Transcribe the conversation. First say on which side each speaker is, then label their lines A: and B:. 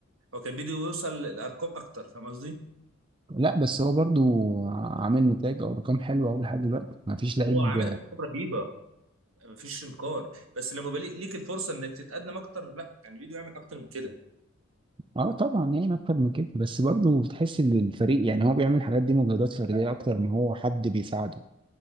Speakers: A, on the right; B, on the right.
A: هو كان بده يوصل لارقام اكتر فاهم قصدي؟
B: لا بس هو برضو عامل نتائج او ارقام حلوه قوي لحد دلوقتي ما فيش لعيب
A: هو عامل ارقام رهيبه مفيش انكار بس لما بليك ليك الفرصه انك تتقدم اكتر لا كان بده يعمل اكتر من كده
B: اه طبعا يعني اكتر من كده بس برضو بتحس ان الفريق يعني هو بيعمل الحاجات دي مجهودات فرديه اكتر ما هو حد بيساعده